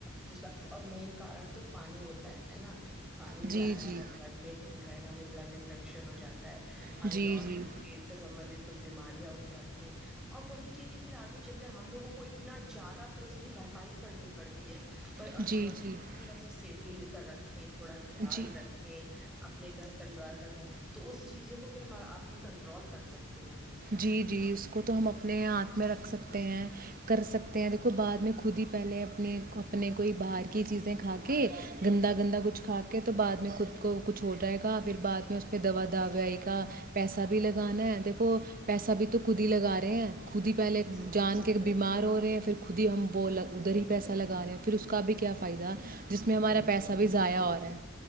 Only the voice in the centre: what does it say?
جو سب <unintelligible> اور مین کارن تو پانی ہوتا ہے ہے نا پانی
جا رہا
ہے ہم گرڈ میں گل رہے گا ہمیں بلڈ انفکیکشن ہو جاتا ہمیں
نارملی
پیٹ سے سبندت کچھ بیماریاں ہو جاتی ہیں اور وہی چیزیں پھر آگے چل کے ہم لوگوں کو اتنا زیادہ پھر اس کی بھرپائی کرنی پڑتی ہے اور
ہم ابھی
سے تھوڑا سا سیف فلییر کر رکھیں تھوڑا خیال
رکھے اپنے گھر پریوار کا کیا تو اس چیزوں کو پھر ہم ابھی کنٹرول کر سکتے ہیں
صحیح
بات
ہے
بالکل
بالکل